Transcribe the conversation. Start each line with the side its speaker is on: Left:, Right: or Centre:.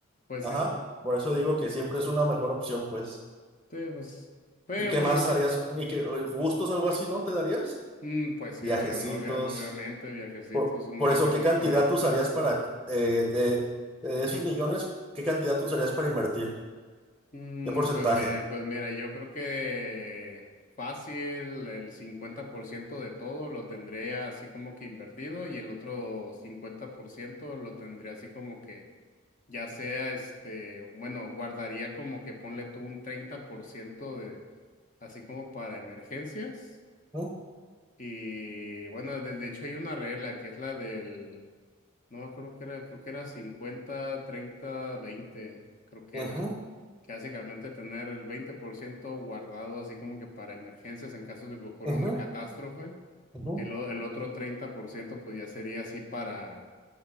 Left: pues
Centre: Ajá,
Left: sí,
Centre: por eso digo que siempre es una mejor opción, pues.
Left: sí, pues, sí,
Centre: ¿Y qué
Left: pues,
Centre: más
Left: o sea,
Centre: harías? ¿Y qué eh, gustos o algo así, no te darías?
Left: mm, pues sí,
Centre: Viajecitos.
Left: obviamente, obviamente, viajecito
Centre: Por,
Left: es un
Centre: por
Left: viajecito.
Centre: eso, ¿qué cantidad tú usarías para, eh, de, de
Left: Ujú.
Centre: esos millones, qué cantidad tú usarías para invertir?
Left: Mm,
Centre: ¿Qué porcentaje?
Left: pues, me pues mira, yo creo que fácil el 50% de todo lo tendré así como que invertido y el otro 50% lo tendré así como que ya sea este, bueno, guardaría como que ponle tú un 30% de así como para emergencias
Centre: Ujú,
Left: y bueno, de, de hecho hay una regla que es la del, no creo que era, creo que era 50 30 20 creo que
Centre: ujú,
Left: era. Básicamente tener el 20% guardado así como que para emergencias en caso de que ocurra
Centre: ujú,
Left: una catástrofe.
Centre: ujú.
Left: El, o- el otro 30% pues ya sería así para,